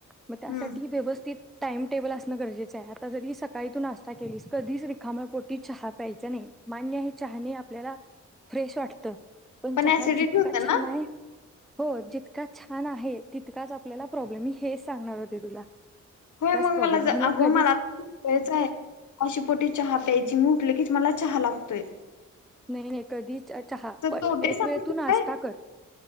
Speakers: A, in the centre; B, on the left.
A: मग त्यासाठी
B: हम्म
A: व्यवस्थित टाइम टेबल असणं गरजेचं आहे आता जरी सकाळी तू नाश्ता केलीस कधीच रिखाम पोटी चहा प्यायचं नाही मान्य हे चहा नाही आपल्याला फ्रेश वाटत पण चहा
B: ऍसिडिटी
A: जितका
B: होतं
A: छान
B: ना
A: आहे हो जितका छान आहे तितकाच आपल्याला प्रॉब्लेमही हेच सांगणार होते तुला
B: होय मग
A: प्रॉब्लेम
B: मला
A: म्हणून
B: अगो
A: कधीच
B: मला सवययच आहे उपाशी श पोटी चहा प्यायची मग की मला चहा लागतोय
A: मेहनत <unintelligible> कधी चहा
B: तर
A: प
B: तोटे
A: एक
B: सांग
A: वेळ तू नाश्ता
B: काय
A: कर